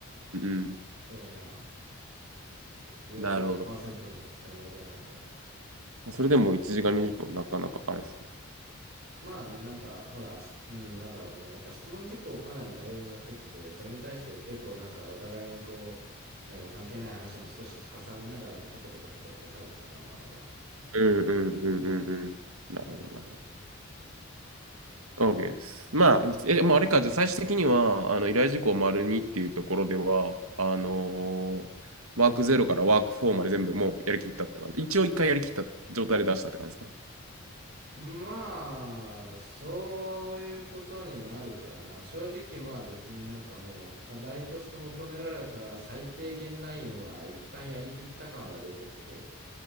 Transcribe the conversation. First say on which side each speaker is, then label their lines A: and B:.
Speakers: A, on the right (about 80°); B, on the right (about 45°).
A: うん、うん。うん
B: ただまあ、いわゆる100%
A: なるほど。
B: のぶつかり合いではないから。
A: まあ、それでも1時間20分はなかなかあれですね。
B: まあね、なんか、ほら、しうん、なんだろうね。やっぱ質問事項をかなり大量に持ってってて、それに対して結構なんかお互いにこう、何、関係ない話も少し挟みながらもちょこちょこちょこちょこ喋ってたから、まあそうなったって感じかな。
A: うん、うん、うん、うん、うん。なるほど、
B: おおむね。
A: なるほど。OK です。まあ、いいっすえ、まあ、あれか、じゃあ最終的には、あの、依頼事項丸2っていうところでは、あのーワークゼロからワークフォーまで全部もうやりきったって感じ。一応一回やりきった状態で出したって感じですか。
B: まあ、そういうことになるかな。正直まあ別になんかもう課題として求められた最低限ラインは一旦やりきった感は出てて。